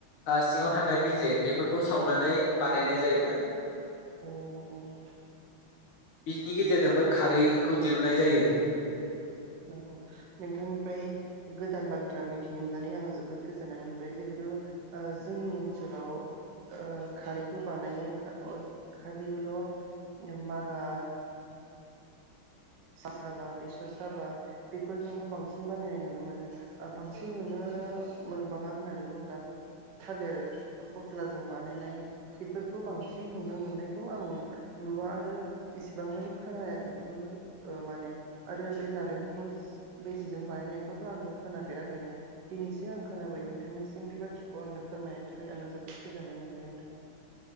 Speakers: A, on the left; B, on the right.
A: आ सिङाव थानाय बिजे बेफोरखौ सावनानै बानायनाय जायो माने
B: अ अ।
A: बिनि गेजेरजोंबो खारैखौ दिरुननाय जायो ।
B: औऔ नोंथांनिफ्राय गोदान बाथ्रा मिथिनो मोननानै आङो जोबोद गोजोननाय मोनो । बै जिहेतु ओ जोंनि ओनसोलाव ओ खारैखौ बानायो खा अ खारैबोल ओ मागा साबा बेसर साबा बेफोरजोंल बांसिन बानायनाय नुनो मोनो ओ बांसिन नुनो मोनबाङा होननानै बुङोबा थालिर फस्लाजों बानायनाय बेफोरखौ बांसिन नुनो मोननायखौ आं नुवा आरो इसिबां मानि खोनायाखैबो ओ माने आरो बे नालेंखल बेजेजों बानायनायखौथ' आङो खोनाफेराखैनो दिनैसो आं खोनाबाय नोंथांनिसिम बे बाथ्राखौ आंनो फोरमायनायनि थाखाय आङो जोबोद गोजोननाय मोनबाय नोंथां ।